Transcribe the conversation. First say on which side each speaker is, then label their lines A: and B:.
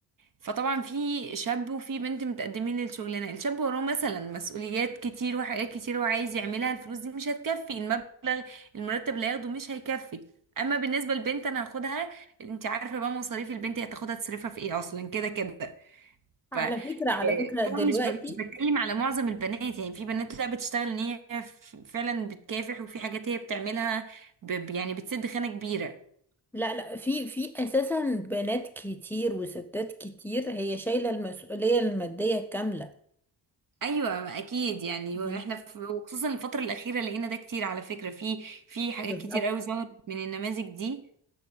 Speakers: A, on the right (about 50°); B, in the centre.
A: فطبعا في شاب وفي بنت متقدمين للشغلانه الشاب وراه مثلا مسؤوليات كتير وحاجات كتير وعايز يعملها الفلوس دي مش هتكفي المبلغ المرتب اللي هياخده مش هيكفي اما بالنسبه للبنت انا هاخدها انت عارفه بقى مصاريف البنت هتاخدها تصرفها في ايه اصلا كده كده
B: على
A: ف آه،
B: فكرة على فكرة
A: طبعا
B: دلوقتي
A: مش ب... مش بتكلم على معظم البنات يعني في بنات لا بتشتغل ان هي ف- فعلا بتكافح وفي حاجات هي بتعملها ب... ب- يعني بتسد خانة كبيرة
B: لا لا في في اساسا بنات كتير وستات كتير هي شايلة المسؤولية المادية الكاملة
A: ايوه اكيد يعني
B: يعني
A: واحنا في... وخصوصا الفترة الأخيرة لقينا ده كتير على فكرة في في حاجات
B: بالظبط
A: كتير قوي ظهرت من النماذج دي